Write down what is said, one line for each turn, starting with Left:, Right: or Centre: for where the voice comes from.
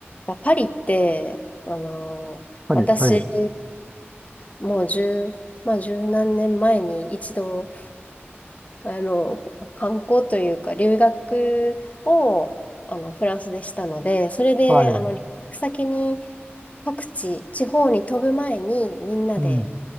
Left: あパリって、あの私、
Right: はい、はい、
Left: もう十、まあ、十何年前に一度、あの、観光というか、留学を、あの、フランスでしたので、それで、
Right: はい、
Left: あの、留学先に、各地、地方に飛ぶ前に、みんなで、
Right: うん、